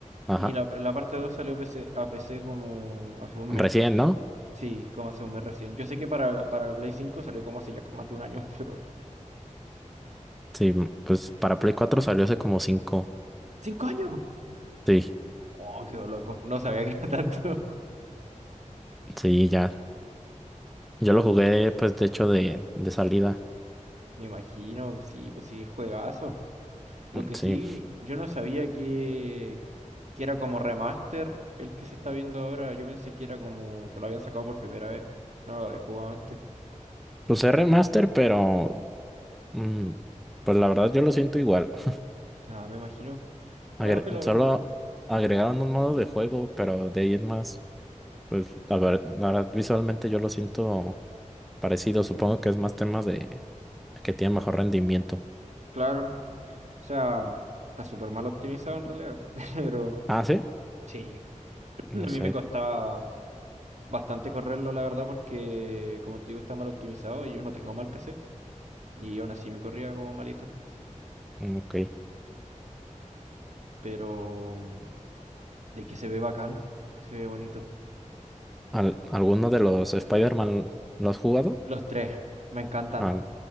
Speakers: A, in the centre; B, on the right (about 60°).
A: Ajá.
B: y la, la parte 2 salió PC, a PC como hace un
A: Recién,
B: mes.
A: ¿no?
B: Sí, como hace un mes recién. Yo sé que para, para el Play 5 salió como hace ya más de un año, <laughs> pero...
A: Sí, pues para Play 4 salió hace como cinco
B: ¡Cinco años!
A: Sí,
B: Oh, qué loco. No sabía que era tanto. <laughs>
A: sí, ya. Yo
B: Uh,
A: lo jugué, pues, de hecho, de, de salida.
B: me imagino, sí, pues sí, es juegazo. Lo
A: Mm,
B: que sí,
A: Sí.
B: yo no sabía que, que era como remaster el que se está viendo ahora. Yo pensé que era como que lo habían sacado por primera vez. No lo había jugado antes.
A: Pues es remaster, pero... mm, pues la verdad yo lo siento igual. <laughs>
B: Ah, me imagino. Bueno,
A: Agre-
B: que lo...
A: solo agregaron un modo de juego, pero de ahí en más, pues, la ver- la verdad, visualmente yo lo siento parecido. Supongo que es más temas de... que tiene mejor rendimiento.
B: Claro. O sea, está súper mal optimizado en realidad. <laughs> Pero
A: Ah, sí.
B: sí, a
A: No
B: mí
A: sé.
B: me costaba... bastante correrlo, la verdad, porque como te digo, está mal optimizado y yo no tengo mal PC. Y aún así me corría como malito.
A: Mm, Ok.
B: Pero mm, de que se ve bacán, se ve bonito.
A: Al- ¿Alguno de los Spider-Man lo has jugado?
B: Los tres, me encantan.
A: Ah,